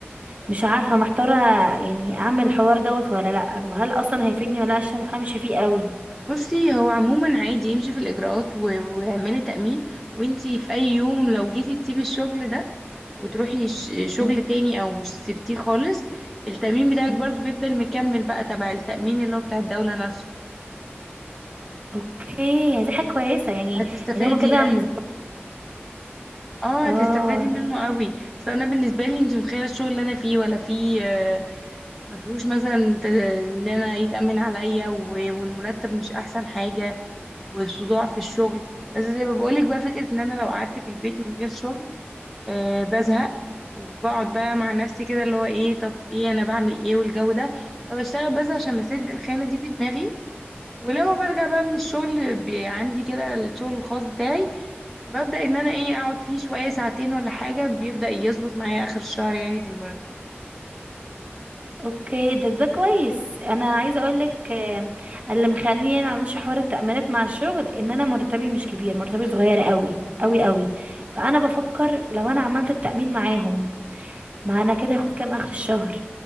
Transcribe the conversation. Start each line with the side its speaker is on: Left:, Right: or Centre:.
Right: مش عارفه محتاره يعني اعمل الحوار دوت ولا لا وهل اصلا هيفيدني ولا لا عشان ما بفهمش فيه قوي
Centre: بصي هو عموما عادي يمشي في الإجراءات و- واعملي تأمين وانتي في أي يوم لو جيتي تسيبي الشغل ده وتروحي ش- شغل
Right: مم.
Centre: تاني أو سبتيه خالص التأمين بتاعك
Right: مم.
Centre: برضو بيفضل مكمل بقى تبع التأمين اللي هو بتاع الدولة نفسه
Right: اوكي يعني دي حاجه كويسه يعني
Centre: هتستفادي
Right: ان هما كده
Centre: أيوه
Right: مز...
Centre: اه
Right: اه
Centre: هتستفادي منه قوي بس أنا بالنسبة لي انتي متخيلة الشغل اللي أنا فيه ولا فيه آه، ما فيهوش مثلا ت- ان انا يتأمن عليا و- والمرتب مش احسن حاجة وصداع في الشغل بس زي ما بقولك بقى فكرة ان انا لو قعدت في البيت من غير شغل آه بزهق وبقعد بقى مع نفسي كده اللي هو ايه طب ايه انا بعمل ايه والجو ده فبشتغل بس عشان اسد الخانة دي في دماغي ولما برجع بقى من الشغل بي- عندي كده الشغل الخاص بتاعي ببدأ ان انا ايه اقعد فيه شوية ساعتين ولا حاجة بيبدأ يظبط معايا اخر الشهر يعني في المرتب
Right: اوكي ده ده كويس انا عايزه اقول لك اللي مخليني يعني ما اعملش حوار التأمينات مع الشغل ان انا مرتبي مش كبير مرتبي صغير قوي قوي قوي فانا بفكر لو انا عملت التأمين معاهم ما انا كده هاخد كام اخر الشهر